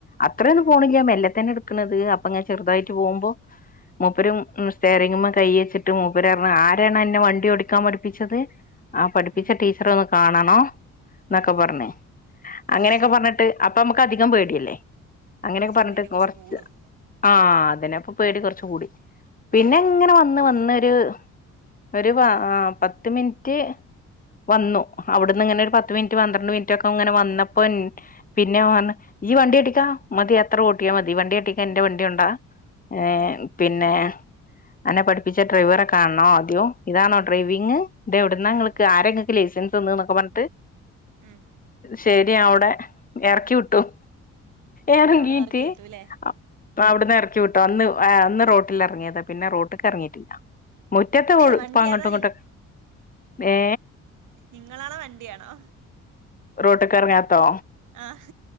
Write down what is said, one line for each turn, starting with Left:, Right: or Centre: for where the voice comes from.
Left: അത്രയൊന്നും
Right: ഉം
Left: പോണില്ല മെല്ലെ തന്നെ ഇട്ക്കണത് അപ്പൊങ്ങനെ ചെറുതായിട്ട് പോവുമ്പോ മൂപ്പരും സ്റ്റയറിങ്ങ്മേ കയ്യച്ച്ട്ട് മൂപ്പരറഞ്ഞു ആരാണ് അന്നെ വണ്ടി ഓടിക്കാൻ പഠിപ്പിച്ചത്? ആ പഠിപ്പിച്ച
Right: ഉം
Left: ടീച്ചറെയൊന്ന് കാണണോം ന്നൊക്കെ
Right: ഉം
Left: പറഞ്ഞ് അങ്ങനയൊക്കെ
Right: ഏ
Left: പറഞ്ഞിട്ട്, അപ്പൊ അമ്മക്ക് അധികം പേടിയല്ലേ അങ്ങനെയൊക്കെ
Right: ആശേ
Left: പറഞ്ഞിട്ട്
Right: പേടി കുറച്ച്
Left: കൊറച്ച്
Right: കൂടും
Left: ആ അതെ പിന്നെ അപ്പോ പേടി കൊറച്ച് കൂടി പിന്നെ ഇങ്ങനെ വന്ന് വന്നൊര് ഒരു വാ ആ പത്ത് മിനിറ്റ് വന്നു അവ്ട്ന്ന് ഇങ്ങനെ ഒരു പത്ത് മിനിറ്റ്, പന്ത്രണ്ട് മിനിറ്റ് ഒക്കെ ഇങ്ങനെ വന്നപ്പോ ൻ പിന്നെ <unintelligible> ഈ വണ്ടിയാട്ടിക്കാ മതി അത്ര ഓട്ടിയാ മതി വണ്ടിയാട്ടി എന്റെ വണ്ടി കൊണ്ട ഏ
Right: ഉം
Left: പിന്നെ, അന്നെ പഠിപ്പിച്ച ഡ്രൈവറെ കാണണോ ആദ്യേം ഇതാണോ ഡ്രൈവിങ് ഇതെവിടുന്നാ
Right: ഉം
Left: ഇങ്ങൾക്ക് ആരാ ഇങ്ങക്ക് ലൈസ് സൻസ് തന്ന്ന്നൊക്കെ പറഞ്ട്ട്
Right: ഉം
Left: ശരിയാ അവിടെ ഇറക്കി വിട്ടു ഏറങ്കീറ്റ്
Right: അവിടെന്ന് ഇറക്കി കിട്ടൂല്ലേ
Left: അ അവിടുന്ന് എറക്കി വിട്ടാ അന്ന് ആ അന്ന് റോട്ടിലെറങ്ങിയത പിന്നെ റോട്ട്ക്ക് എറങ്ങിറ്റില്ല മുറ്റത്ത് ഓ <unintelligible>
Right: വണ്ടി
Left: ഇപ്പ അങ്ങട്ടും
Right: അതോ
Left: ഇങ്ങട്ടൊ ഏ
Right: ഇങ്ങളാണോ വണ്ടിയാണോ
Left: റോട്ട്ക്ക് എറങ്ങാത്തോ?
Right: ആഹ്